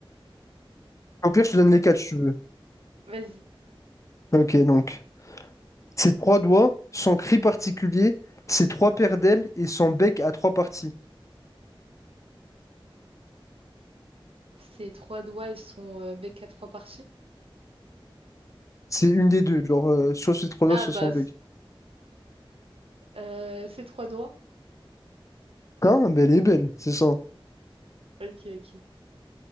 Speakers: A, on the left; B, on the right.
A: Au pire, je te donne les quatre, si tu veux.
B: Vas-y.
A: Ok, donc, ses trois doigts, son cri particulier, ses trois paires d'ailes et son bec à trois parties.
B: Ses trois doigts et son euh, bec à trois parties?
A: C'est une des deux, genre, euh, soit ses trois doigts,
B: Ah
A: soit son
B: bah,
A: bec.
B: c- euh, ses trois doigts?
A: Hein, mais elle est belle, c'est ça.
B: Ok, ok.